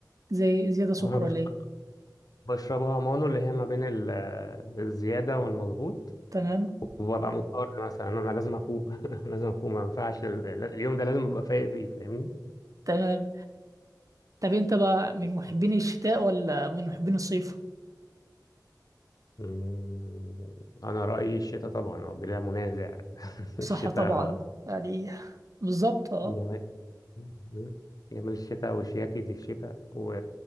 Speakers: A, on the right; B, on the left.
A: زي زياده سكر
B: انا بش-
A: ولا ايه
B: بشربها مانو اللي هي ما بين ال- الزيادة والمظبوط
A: تمام
B: وببقى مضطر مثلا انا لازم افوق <laughs> لازم افوق ما ينفعش ال- اليوم ده لازم ابقى فايق فيه فاهمني
A: تمام طب انت بقى من محبين الشتاء ولا من محبين الصيف
B: مم، أنا رأيي الشتاء طبعا آه، بلا منازع <laughs>
A: صح
B: الشتاء
A: طبعا يعني بالظبط اه
B: جمال مم، جمال الشتاء وشياكة الشتاء و...